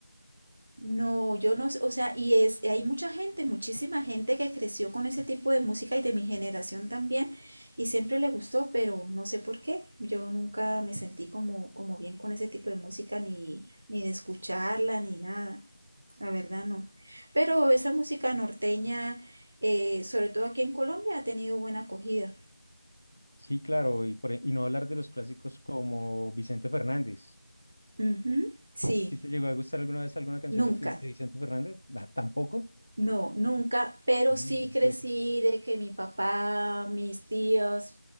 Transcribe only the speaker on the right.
No, yo no, s- o sea, y es, hay mucha gente, muchísima gente que creció con ese tipo de música y de mi generación también, y siempre le gustó, pero no sé por qué. Yo nunca me sentí como, como bien con ese tipo de música, ni, ni de escucharla, ni nada. La verdad no. Pero esa música norteña, eh, sobre todo aquí en Colombia, ha tenido buena acogida.
Ujú, sí,
nunca.
No, nunca, pero
sí crecí
de que mi papá, mis tíos